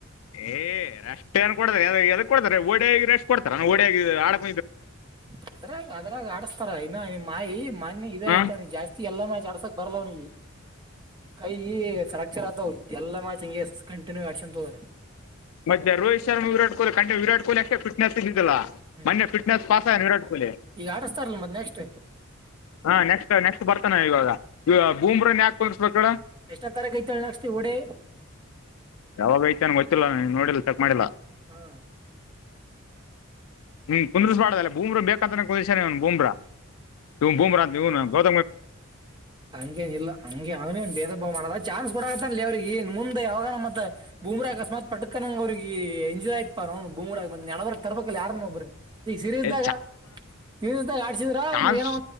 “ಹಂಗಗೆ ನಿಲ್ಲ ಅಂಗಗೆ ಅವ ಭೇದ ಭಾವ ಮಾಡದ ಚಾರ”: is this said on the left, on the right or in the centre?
Right